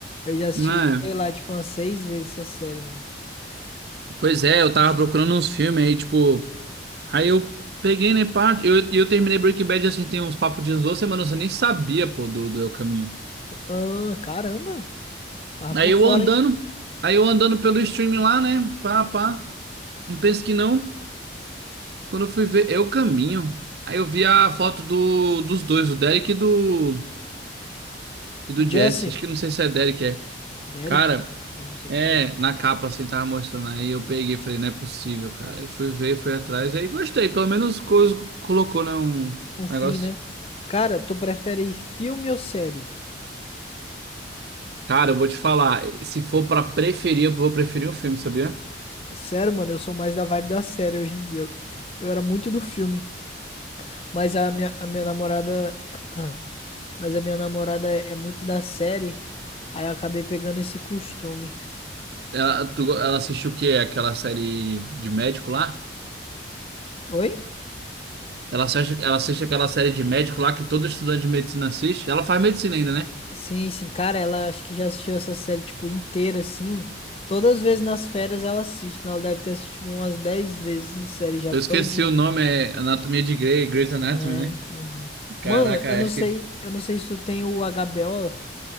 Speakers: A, on the left; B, on the right.
A: Eu já assisti,
B: Não é?
A: sei lá, tipo, umas seis vezes essa série, mano.
B: Pois é, eu
A: Rapidinho.
B: tava procurando uns filmes aí, tipo, Aí eu peguei, né, pá, eu, eu terminei Breaking Bad, assim, tem uns papos de uns duas semanas, eu nem sabia, pô, do, do El Caminho.
A: Ah, caramba. Tava por
B: Aí
A: fora,
B: eu andando,
A: hein?
B: aí eu andando pelo stream lá, né, pá, pá, não penso que não, quando eu fui ver Eu Caminho, aí eu vi a foto do, dos dois, do Derek e do, e do
A: Jesse.
B: Jesse, acho que não sei se é Derek, é.
A: Derek.
B: Cara,
A: Não, não sei
B: é,
A: quem é Derek, não.
B: na capa, assim, tava mostrando, aí eu peguei, e falei, não é possível, cara, aí fui ver, fui atrás, aí gostei, pelo menos coisa, colocou, né, um
A: Um fim,
B: negócio.
A: né? Cara, tu prefere filme ou série?
B: Cara, eu vou te falar, se for pra preferir, eu vou preferir o filme, sabia?
A: Sério, mano, eu sou mais da vibe da série hoje em dia. Eu, eu era muito do filme. Mas a minha, a minha namorada. <clears throat> Ah, Mas a minha namorada é, é muito da série. Aí eu acabei pegando esse costume.
B: Ela, tu, ela assistiu o quê? Aquela série de médico lá?
A: Oi?
B: Ela assiste, ela assiste aquela série de médico lá que todo estudante de medicina assiste. Ela faz medicina ainda, né?
A: Sim, sim, cara, ela acho que já assistiu essa série, tipo, inteira, assim. Todas as vezes nas férias ela assiste. né? Ela deve ter assistido umas 10 vezes a série já
B: Eu
A: todinha.
B: esqueci o nome, é Anatomia de Grey, Grey's Anatomy,
A: É,
B: né?
A: aham.
B: Caraca,
A: Mano, eu não
B: acho
A: sei,
B: que.
A: eu não sei se tu tem o HBO.